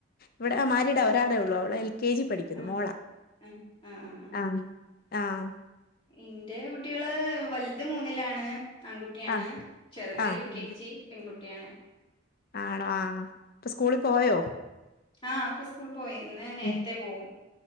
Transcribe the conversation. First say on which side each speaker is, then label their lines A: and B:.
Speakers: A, on the left; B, on the left.
A: ഇവിടെ ആഹ് മാരിടാ ഒരാളെ ഒള്ളൂ അവളെ എൽ കെ ജി പഠിക്കുന്നു
B: ആ
A: മോളാ
B: ആ ആ ആ ആ
A: ആഹ് ആഹ്
B: ഇന്റെ കുട്ട്യേള്, വലുത് മൂന്നിലാണ് ആൺകുട്ടിയാണ്
A: ആഹ്
B: ചെറുത്
A: ആഹ്
B: യു കെ ജി പെൺകുട്ടിയാണ്.
A: ആണോ ആഹ് ഇപ്പൊ സ്കൂളി പോയോ?
B: ആഹ് ഒക്കെ സ്കൂള് പോയി ഇന്ന് നേരത്തെ
A: ഉം.
B: പോവും.